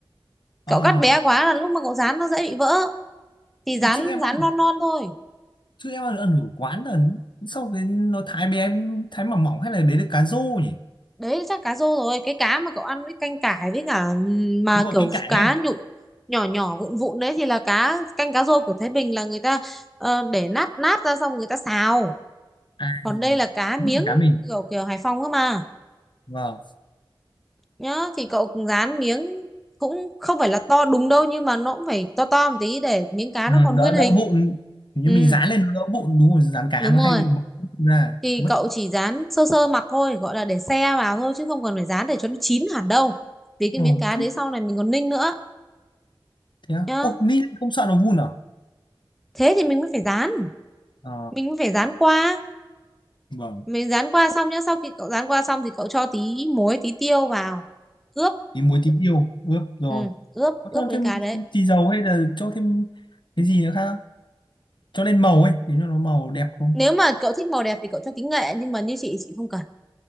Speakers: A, in the centre; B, on the left.
A: Cậu
B: à
A: cắt bé quá là lúc mà cậu rán nó dễ bị vỡ. Thì rán
B: thì trước em ăn
A: rán non non thôi.
B: trước em ăn, ăn ở quán là sau cái nó thái bé thái mỏng mỏng hay là đấy là cá rô nhỉ
A: đấy chắc cá rô rồi cái cá mà cậu ăn với canh cải với cả ừm, mà
B: đúng rồi
A: kiểu
B: canh cải
A: cá
B: đây
A: nhụn nhỏ nhỏ vụn vụn đấy thì là cá canh cá rô của Thái Bình là người ta ờ, để nát nát ra xong người ta xào
B: à
A: còn đây là cá miếng
B: đúng rồi cá mình
A: kiểu kiểu Hải Phòng cơ mà
B: vâng
A: nhá thì cậu cũng rán miếng cũng không phải là to đúng đâu nhưng mà nó cũng phải to to một tí để miếng cá
B: Ừ,
A: nó còn
B: đỡ
A: nguyên
B: đỡ
A: hình
B: vụn Kiểu như
A: ừ
B: mình dán lên nó đỡ vụn đúng rồi dán cá
A: đúng
B: nó
A: rồi
B: hay bị bong ra
A: thì
B: mất
A: cậu chỉ rán sơ sơ mặt thôi gọi là để xe vào thôi chứ không cần phải rán để cho nó chín hẳn đâu vì cái
B: Ờ,
A: miếng cá
B: thế,
A: đấy sau này mình còn ninh nữa
B: thế à?
A: nhá
B: Ô, ni không sợ nó vun à?
A: thế thì mình mới phải dán
B: Ờ,
A: mình mới phải dán qua
B: vâng.
A: mình dán qua xong nhá sau khi cậu dán qua xong thì cậu cho tí muối tí tiêu vào ướp
B: Tí muối tí tiêu ướp rồi.
A: ừ, ướp
B: Có
A: ướp
B: cho
A: miếng
B: thêm
A: cá đấy
B: tí dầu hay là cho thêm cái gì nữa khác? không? Cho lên màu ấy, để cho nó màu đẹp không?
A: nếu mà cậu thích màu đẹp thì cậu cho tí nghệ nhưng mà như chị chị không cần